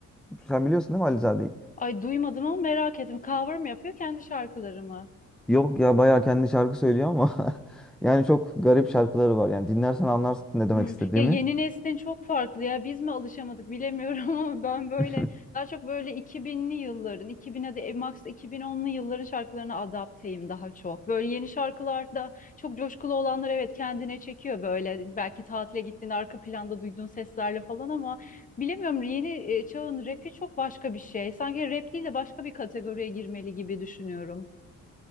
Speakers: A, in the centre; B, on the left.
A: Sen biliyorsun değil mi Alizade'yi?
B: Ay duymadım ama merak ettim. Cover mı yapıyor kendi şarkıları mı?
A: Yok ya bayağı kendi şarkı söylüyor ama <laughs> yani çok garip şarkıları var. Yani dinlersen anlarsın ne
B: Hmm.
A: demek istediğimi.
B: Ya yeni neslin çok farklı ya biz mi alışamadık bilemiyorum <laughs> ama ben böyle
A: <laughs>
B: daha çok böyle 2000'li yılların 2000 hadi e, max 2010'lu yılların şarkılarına adapteyim daha çok. Böyle yeni şarkılarda çok coşkulu olanlar evet kendine çekiyor böyle belki tatile gittiğinde arka planda duyduğun seslerle falan ama bilemiyorum yeni e, çağın rapi çok başka bir şey. Sanki rap değil de başka bir kategoriye girmeli gibi düşünüyorum.